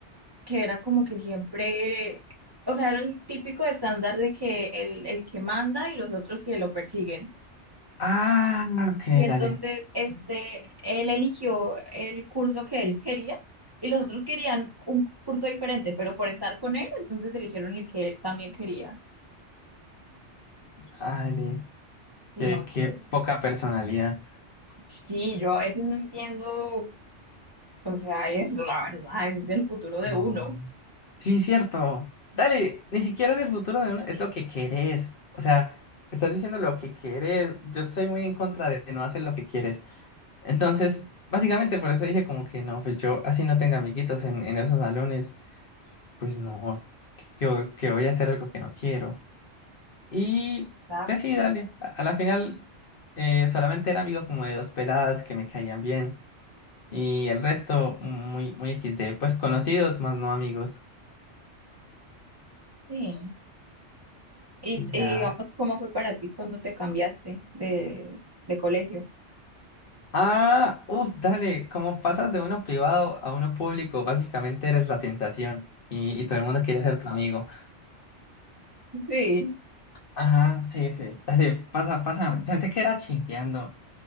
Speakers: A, on the right; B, on the left.
A: que era como que siempre, o sea, era el típico estándar de que el, el que manda y los otros que lo persiguen.
B: Ah, ok,
A: Y entonces,
B: dale,
A: este, él eligió el curso que él quería y los otros querían un curso diferente, pero por estar con él, entonces eligieron el que él también quería.
B: dale.
A: Sí,
B: Qué,
A: no sé.
B: qué poca personalidad.
A: Sí, yo a veces no entiendo, o sea, eso la verdad, es el futuro de
B: No.
A: uno.
B: Sí, cierto. Dale, ni siquiera del futuro de uno, es lo que querés. O sea, estás diciendo lo que querés. Yo estoy muy en contra de no hacer lo que quieres. Entonces, básicamente por eso dije como que no, pues yo así no tenga amiguitos en, en esos salones. pues no, que, que voy que voy a hacer algo que no quiero. Y
A: Exacto.
B: pues sí, dale, a, a la final eh, solamente era amigo como de dos peladas que me caían bien y el resto muy, muy XD, pues conocidos más no amigos.
A: Sí. Y,
B: Y
A: y
B: ya.
A: digamos, ¿cómo fue para ti cuando te cambiaste de, de colegio?
B: Ah, uff, dale, como pasas de uno privado a uno público, básicamente eres la sensación y, y todo el mundo quiere ser tu amigo.
A: Sí.
B: Ajá, sí, sí, dale, pasa, pasa, pensé que era chingueando.